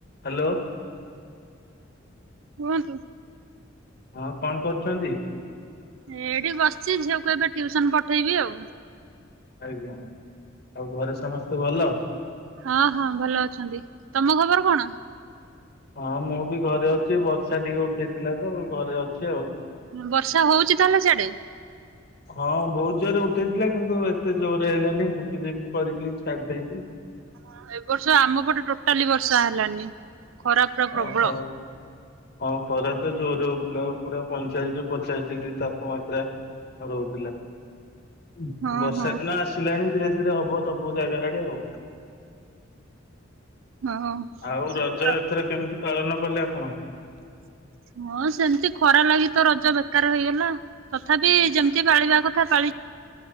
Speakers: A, on the left; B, on the right.
A: Hello.
B: କୁହନ୍ତୁ।
A: ହଁ କଣ କରୁଛନ୍ତି।
B: ଏଇଠି ବସିଛି ଝିଅକୁ ଏବେ ଟିୟୁସନ୍ ପଠେଇବି ଆଉ।
A: ଆଜ୍ଞା ଆଉ ଘରେ ସମସ୍ତେ ଭଲ।
B: ହଁ ହଁ ଭଲ ଅଛନ୍ତି ତମ ଖବର କଣ।
A: ହଁ ମୁଁ ବି ଘରେ ଅଛି ବର୍ଷା ଟିକେ ଉଠେଇଥିଲା ତ ଘରେ ଅଛି ଆଉ।
B: ବର୍ଷା ହଉଚି ତାହେଲେ ସିଆଡେ।
A: <inaudible> ହଁ ବହୁତ ଜୋରେ ଉଠେଇଥିଲା କିନ୍ତୁ ଏତେ ଜୋରେ ହେଲାନି ଝିପି ଝିପି କରିକି ଛାଡି ଦେଇଚି।
B: ହଁ ଏ ବର୍ଷ ଆମ ପଟେ ଟୋଟାଲି ବର୍ଷା ହେଲାନି। ଖରା ପୁରା ପ୍ରବଳ।
A: ଓହ। ହଁ ଖରା ତ ଜୋର ହଉଥିଲା ପୁରା ପଇଁଚାଳିଶ ପଚାଶ ଡିଗ୍ରୀ ତାପମାତ୍ରା ରହୁଥିଲା। ଉଁ
B: ହଁ
A: ବର୍ଷା
B: ହଁ
A: ଦିନ ଆସିଲାଣି ଧୀରେ ଧୀରେ ହବ ସବୁ ଜାଗା ଆଡେ ଆଉ।
B: ହଁ।
A: ଆଉ ରଜ
B: ର-
A: ଏଥର କେମିତି ପାଳନ କଲେ ଆପଣ।
B: ହଁ ସେମିତି ଖରା ଲାଗି ତ ରଜ ବେକାର ହେଇଗଲା। ତଥାପି ଯେମିତି ପାଳିବା କଥା ପାଳି